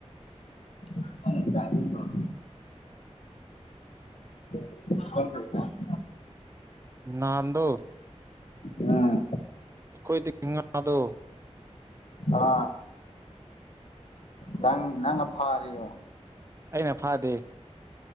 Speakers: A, on the left; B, on the right.
A: <unintelligible> ꯍ ꯍ <unintelligible>
B: ꯅꯟꯗꯨ
A: ꯎꯝ
B: ꯑꯩꯈꯣꯏꯗꯤꯗꯣ <inaudible>
A: ꯑꯥ ꯅꯪ ꯅꯪꯅ ꯐꯥꯔꯤꯔꯣ
B: ꯑꯩꯅ ꯐꯥꯗꯦ